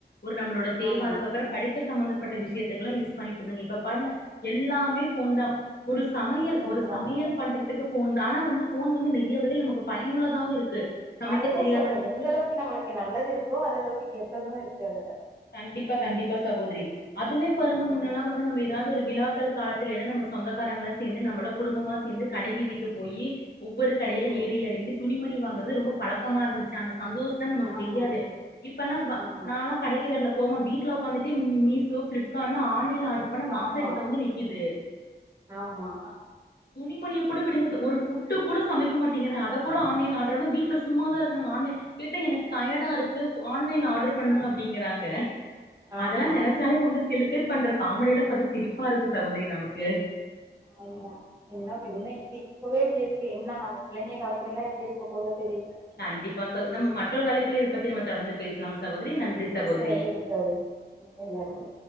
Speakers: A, on the left; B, on the right.
A: ஒரு நம்ளோட தேவ
B: ஆமா
A: அதுக்கப்பறோப் படிப்பு சம்பந்தப்பட்ட விஷ்யத்துக்லா யூஸ் பண்ணிட்ருந்தீங்க இப்ப பாருங்க எல்லாமே ஃபோன்தா ஒரு சமையல்
B: ஃபோன்
A: ஒரு
B: தா
A: சமையல் பண்றதுக்கு ஃபோன் தா ஆனா வந்து ஃபோன் வந்து நெறைய வகையில் நமக்கு பயனுள்ளதாவு இருக்கு சமைக்க
B: அததா
A: தெரியாதவங்களுக்கு
B: சொல்றே எந்த அளவுக்கு நம்மளுக்கு நல்லது இருக்கோ அது அளவுக்கு கெட்டது இருக்கு அதுல
A: கண்டிப்பா கண்டிப்பா சகோதரி அதுமே பாருங்க
B: ஆமா
A: முன்னேலா வந்து நம்ம ஏதாவது ஒரு விழாக்கள் காலத்திலேலா நம்ம சொந்தக்காரங்ள சேர்ந்து நம்மள குடும்பமா சேர்ந்து கடை வீதிக்கி போயி ஒவ்வொரு கடையா
B: ம்
A: ஏறி எறங்கி துணிமணி வாங்கறது ரொம்ப பழக்கமாருந்துச்சு அந்த சந்தோஷ் நமக்கு
B: ஆமா
A: தெரியாது இப்பல்லா
B: ஆமா
A: நாலா கிவரல போமா வீட்ல உக்காந்துட்டு மீசோ ஃபிலிப்கார்ட்னு ஆன்லைன் ஆர்டர் பண்ணா வாச
B: ஆமா
A: கிட்ட வந்து நிக்கிது
B: ஆமா
A: துணிமணிய கூட விடுங்க சகோத்
B: எ-
A: ஒரு ஃபுட்டு் கூட சமைக்க மாட்டீங்கன்னா அத கூட ஆன்லைன்ல ஆர்டர்னு வீட்ல சும்மாதா இருக்காங்க ஆன்லைன் கேட்டா எனக்கு டயடாருக்கு ஆன்லைன்ல ஆர்டர் பண்ணுங்க
B: ஆ,
A: அப்டிங்குறாங்க
B: ஆமா
A: அதெல்லா நெனச் சாலே வந்து சில பேர் பண்ற காமெடியல்லா பாத்த சிரிப்பாருக்கு சகோதரி நமக்கு
B: ஆமா என்ன பின்ன இது இப்பவே இப்டிருக் இப்ப என்ன நம்ம புள்ளங்க காலத்துலல்லா எப்டி இருக்க போதோ தெரியல
A: கண்டிப்பா சகோதி நம்ம மற்றொரு அழைப்பில இத பத்தி நம்ம தொடர்ந்து பேசலாம் சகோதரி நன்றி சகோதரி
B: செரிங்க தோழி ஓகே நன்றி